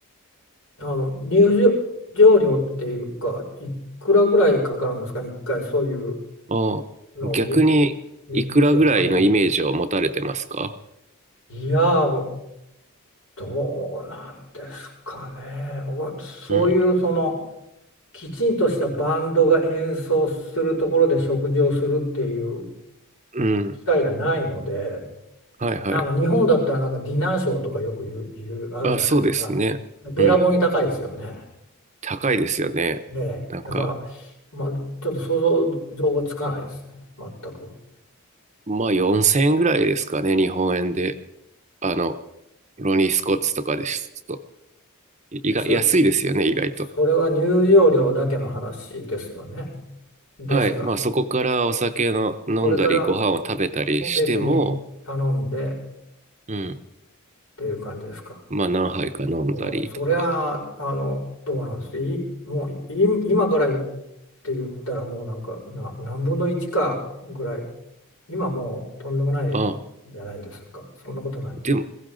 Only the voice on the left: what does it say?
あの入場料っていうか、いくらぐらいかかるんですかね、一回そういう
のを見、
見て食べようとして。
いやー、どうなんですかね。僕はそういうその
きちんとしたバンドが演奏するところで食事をするっていう機
会がないので、
なんか日本だったらなんかディナーショーとかよく言う、言うあるじゃないですか。
べらぼうに高いですよね。
ねえ、
だから、まあ、ちょっと想像がつかないですね、全く。
それ、
それは入場料だけの話ですよね。ですか。
それから
もう別に頼んでっ
ていう感じですか。
もうそりゃあ、あの、どうなんです。い、もうい今から言って言ったらもうなんかな何分の1かぐらい、今もうとんでもないじゃないですか。
そんなことない。